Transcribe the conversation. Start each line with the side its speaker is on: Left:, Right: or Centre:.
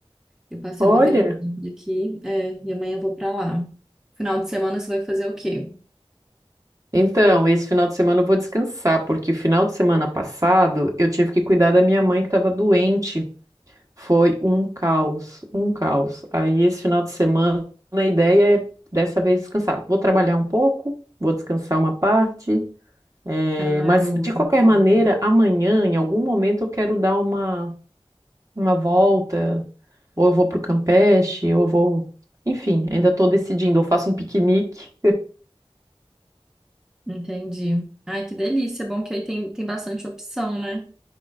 Centre: Eu passei
Right: Olha,
Centre: uma temporada aqui, é, e amanhã eu vou para lá. Final de semana você vai fazer o quê?
Right: então, esse final de semana eu vou descansar, porque o final de semana passado eu tive que cuidar da minha mãe que estava doente. Foi um caos, um caos. Aí esse final de semana a ideia é dessa vez descansar. Vou trabalhar um pouco, vou descansar uma parte, eh,
Centre: Ai,
Right: mas
Centre: boa.
Right: de qualquer maneira, amanhã, em algum momento, eu quero dar uma uma volta, ou eu vou pro Campeche, ou eu vou. Enfim, ainda estou decidindo. Eu faço um piquenique.
Centre: Entendi. Ai, que delícia. Bom que aí tem, tem bastante opção, né?